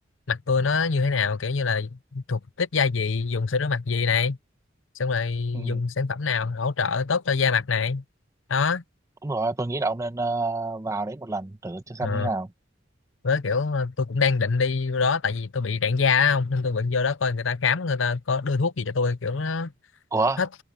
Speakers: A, on the left (about 85°); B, on the right (about 15°).
A: mặt tôi nó như thế nào kiểu như là thuộc tiếp da gì dùng sữa rửa mặt gì này xong rồi
B: ừ
A: dùng sản phẩm nào hỗ trợ tốt cho da mặt này đó
B: đúng rồi tôi nghĩ là ông nên à, vào đấy một lần thử cho
A: ờ,
B: xem như thế nào
A: với kiểu ờ, tôi cũng đang định đi vô đó tại vì tôi bị rạn da á không nên tôi định vô đó coi người ta khám người ta có đưa thuốc gì cho tôi kiểu nó
B: ủa
A: hết